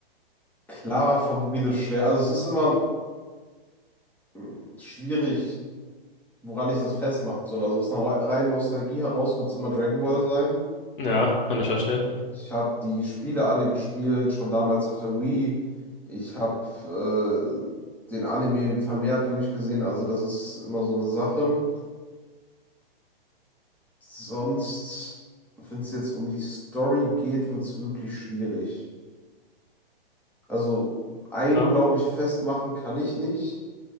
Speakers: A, in the centre; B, on the left (about 55°).
A: Klarer Favorit ist schwer. Also es ist immer mm, schwierig, woran ich das festmachen soll. Also aus einer rei- reinen Nostalgie heraus wird es immer Dragon Ball sein.
B: Ja, kann ich verstehen.
A: Ich habe die Spiele alle gespielt, schon damals auf der Wii. Ich habe äh, den Anime vermehrt durchgesehen, also das ist immer so eine Sache. Sonst, wenn es jetzt um die Story geht, wird es wirklich schwierig. Also einen,
B: Ja,
A: glaube ich, festmachen kann ich nicht,